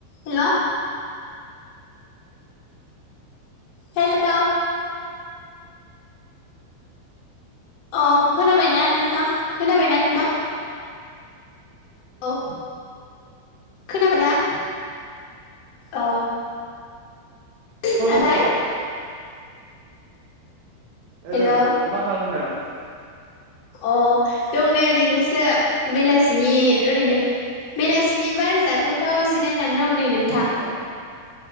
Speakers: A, on the left; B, on the right.
A: हेल' hello अ खोनाबायना नोंथां खोनाबायना नोंथां औ खोनाबाय ना अ ओमफ्राय
B: औ खोनाबाय
A: हेलौ
B: ओं मा खालामदो <unintelligible>
A: अ दं नै ओरैनोसो बेलासिनि ओरैनो बेलासिनि बार जाथावथाव जिरायनानै दं नै नोंथां
B: ए